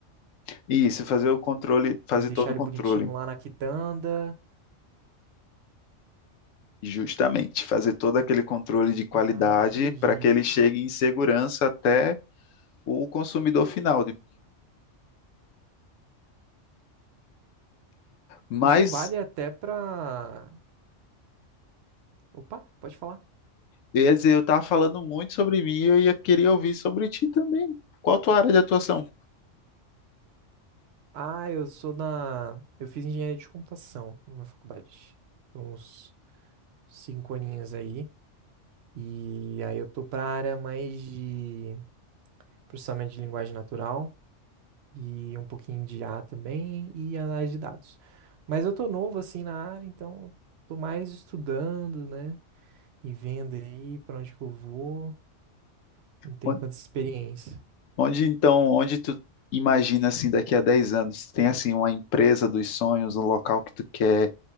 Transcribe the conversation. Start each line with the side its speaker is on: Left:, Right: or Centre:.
Left: Isso, fazer o controle, fazer
Right: e deixar
Left: todo o
Right: ele
Left: controle,
Right: bonitinho lá na quitanda.
Left: justamente, fazer todo aquele controle de qualidade
Right: Ah, entendi.
Left: para que ele chegue em segurança até o consumidor final. De- Mas,
Right: Isso vale até pra. Opa, pode falar.
Left: eu ia dizer, eu estava falando muito sobre mim e eu ia querer ouvir sobre ti também. Qual a tua área de atuação?
Right: Ah, eu sou da. Eu fiz engenharia de computação na minha faculdade. Foi uns cinco aninhos aí. E aí eu tô pra área mais de processamento de linguagem natural e um pouquinho de IA também e análise de dados. Mas eu tô novo assim na área, então eu tô mais estudando, né? E vendo aí pra onde que eu vou. Não tenho
Left: Onde,
Right: tanta experiência.
Left: onde, então, onde tu imagina assim daqui a 10 anos? Tem assim uma empresa dos sonhos, um local que tu quer